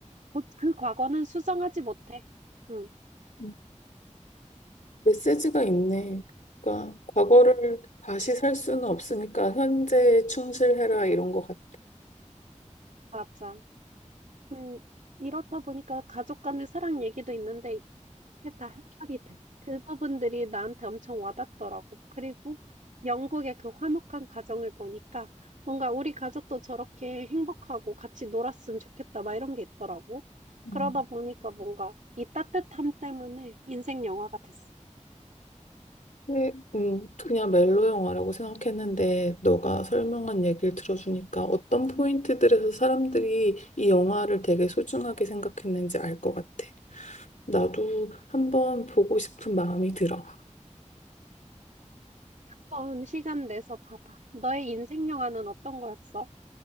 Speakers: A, on the right; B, on the left.
A: 보- 그 과거는 수정하지 못해. 응,
B: 음, 메시지가 있네. 그러니까 과거를
A: 응,
B: 다시 살 수는 없으니까 현재에 충실해라 이런 것 같아.
A: 맞아. 음, 이렇다 보니까 가족 간의 사랑 얘기도 있는데, 이게 다 해결이 돼. 그 부분들이 나한테 엄청 와닿더라고. 그리고 영국의 그 화목한 가정을 보니까, 뭔가 우리 가족도 저렇게 행복하고 같이 놀았으면 좋겠다, 막 이런 게 있더라고.
B: 음.
A: 그러다 보니까 뭔가 이 따뜻함 때문에 인생 영화가 됐어.
B: 네, 음, 그냥 멜로 영화라고 생각했는데 너가 설명한 얘기를 들어주니까 어떤 포인트들에서 사람들이 이 영화를 되게 소중하게 생각했는지 알 것 같아. 나도 한번 보고 싶은 마음이 들어.
A: 한번 시간 내서 봐봐. 너의 인생 영화는 어떤 거였어?